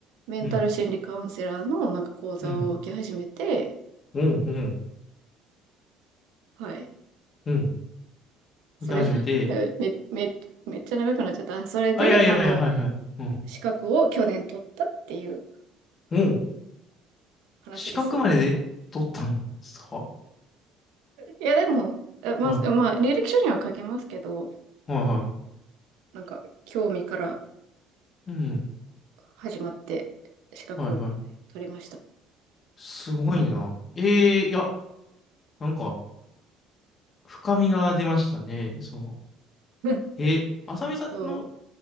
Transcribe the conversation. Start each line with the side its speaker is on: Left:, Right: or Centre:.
Right: メンタル心理カウンセラーのなんか講座を受け始めて、
Left: うんうんうん
Right: はい。
Left: うん
Right: それ、
Left: 受け始めて
Right: め、め、めめっちゃ長くなっちゃった。それで、
Left: あいやいやいやはいはいうん
Right: あの、資格を去年取ったっていう
Left: うん
Right: 話です。
Left: 資格までで取ったんですかは
Right: いや、でも、えまあ、
Left: いは
Right: まあ、履歴書には書けますけど、うん、
Left: いは
Right: なんか、興味から
Left: いうん
Right: 始まって資格を取りました。
Left: はいはいすごいなええいやなんか深みが出ましたね。その、
Right: <laughs>
Left: え、浅見さんの
Right: そ